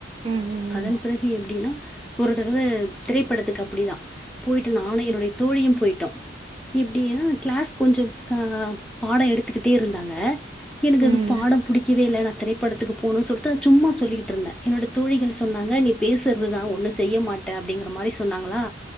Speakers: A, on the right; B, in the centre.
A: ம் ம்
B: அதன் பிறகு எப்டீன்னா ஒரு தடவ திரைப்படத்துக்கு அப்டிதா போயிட்டு நானு என்னோடைய தோழியு போயிட்டோ இப்டியேதா கிளாஸ் கொஞ்சோ அ பாடோ எடுத்துக்கிட்டே இருந்தாங்க எனக்கு
A: ம்
B: அது பாடோ பிடிக்கவே இல்ல என திரைப்படத்துக்கு போனோ சொல்ட்டு சும்மா சொல்லிகிட்டு இர்ந்தே என்னோட தோழிகள் சொன்னாங்க நீ பேசுறதுதா ஒன்னோ செய்ய மாட் டே அப்டீங்குற மாரி சொன்னாங்களா